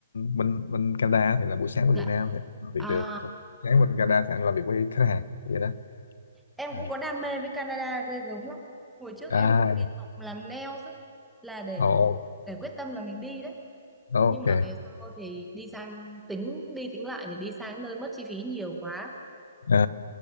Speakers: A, on the left (about 75°); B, in the centre.
A: bên bên Canada á, thì là buổi sáng bên
B: Dạ.
A: Việt Nam thì anh làm việc
B: À,
A: được Còn sáng bên Canada thì anh làm việc với khách hàng vậy đó
B: em
A: à,
B: cũng có đam mê với Canada ghê gớm lắm. Hồi trước
A: à
B: em cũng đi học làm nails ấy, là để
A: ồ
B: để quyết tâm là mình đi đấy.
A: ồ,
B: Nhưng
A: ok
B: mà về sau thì đi sang tính đi tính lại thì đi sang nơi mất chi phí nhiều quá,
A: à,